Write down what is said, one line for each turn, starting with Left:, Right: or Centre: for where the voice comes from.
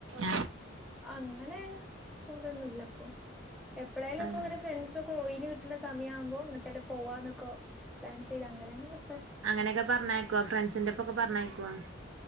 Right: ആഹ്
Centre: അങ്ങനെ പോവലൊന്നുല്ലപ്പൊ എപ്പളേലൊക്കെങ്ങനെ
Right: ആഹ്
Centre: ഫ്രണ്ട് സ്കോയിനെ കിട്ടണ സമയാവുമ്പോ എങ്ങട്ടേലും പോവന്നൊക്കെ പ്ലാൻ ചെയ്ത് അങ്ങനെങ്ങനെ
Right: അങ്ങനെക്കെ പറഞ്ഞയ്ക്കോ ഫ്രണ്ട്സിന്റെപ്പൊക്കെ പറഞ്ഞയ്ക്ക്വ